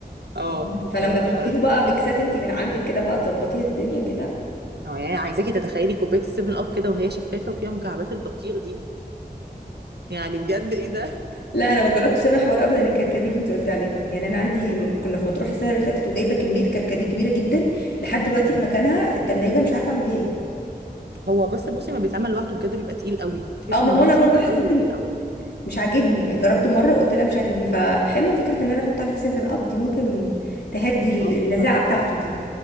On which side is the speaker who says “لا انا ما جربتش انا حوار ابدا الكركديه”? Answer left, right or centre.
Left